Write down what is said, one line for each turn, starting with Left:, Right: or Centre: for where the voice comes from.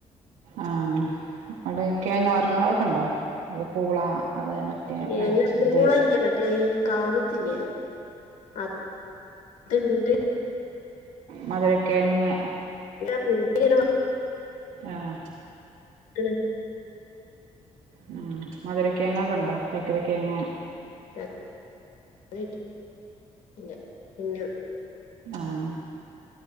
Right: ആ അവിടെ കിഴങ്ങ് വർഗങ്ങളൊക്കെ ഉണ്ടോ അത് പൂള അത് മറ്റേ
Left: <unintelligible>
Right: മരച്ചി
Left: പൂളായില്ല
Right: ഇത്
Left: മറ്റേ ഈ കാവത്തില്ലേ അ തിണ്ട്
Right: മധുരകെഴങ്ങ്
Left: ഉം <unintelligible>
Right: ആഹ്
Left: <unintelligible>
Right: ഉം മധുര കേങ്ങൊക്കെ ഇണ്ടോ ചക്കരക്കേങ്ങ്
Left: <inaudible>
Right: ആഹ്